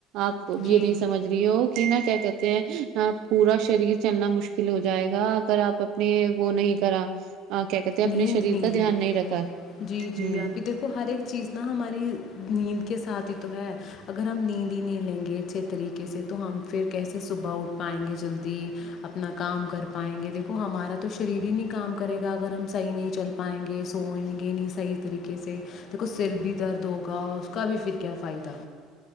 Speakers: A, on the right (about 60°); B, on the left (about 45°).
A: آپ یہ
B: جی
A: نہیں سمجھ رہی ہو کہ نا کیا کہتے ہیں پورا شریر چلنا مشکل ہو جائے گا اگر آپ نے وہ نہیں کرا <unintelligible> ہیں اپنے
B: نیند
A: شریر
B: نی
A: کا دھیان
B: لی
A: نہیں رکھا
B: جی
A: ہوں
B: جی ابھی دیکھو ہر ایک چیز نا ہماری نیند کے ساتھ تو ہے اگر ہم نیند ہی نہیں لیں گے اچھے طریقے سے تو ہم پھر کیسے صبح اٹھ پائیں گے جلدی اپنا کام کر پائیں گے دیکھو ہمارا تو شریر ہی نہیں کام کرے گا اگر ہم <inaudible> صحیح نہیں چل پائیں گے سوئیں گے نہیں صحیح طریقے سے د کھ سر بھی درد ہوگا اس کا بھی پھر کیا فائدہ